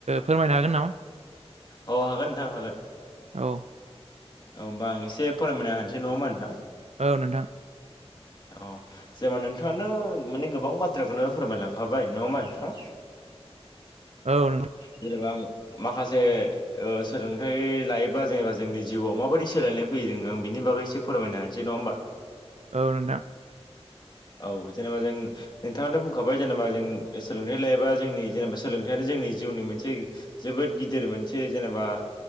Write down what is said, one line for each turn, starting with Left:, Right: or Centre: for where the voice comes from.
Right: फोरमायनो हागोन नामा?
Left: औ हागोन नोंथां हागोन।
Right: औ
Left: औ होनोमबा आं एसे फोरमायनो होनसै नङा होमबा नोंथां।
Right: औ नोंथां।
Left: औ जेबा नों नोंथाङानो माने गोबां बाथ्राखौनो फोरमायलांखाबाय नङाहोमबा नोंथां।
Right: औ नोंथां
Left: जेनेबा आं माखासे ओ सोलोंथाइ लायोब्ला जेनेबा जोंनि जिउआव माबायदि सोलायनाय फैयो जों आं बिनि नि बागोय एसे फोरमायनोानोसै नङा होनबा।
Right: औ नोंथां।
Left: औ जेनेबा जों नोंथाङानो बुंखाबाय जेनेबा जों सोलोंथाइ लायोबा जोंनि जेनेबा सोलोंथानो जों जोंनि जिउनि मोनसे जोबोद गिदिर मोनसे जेनेबा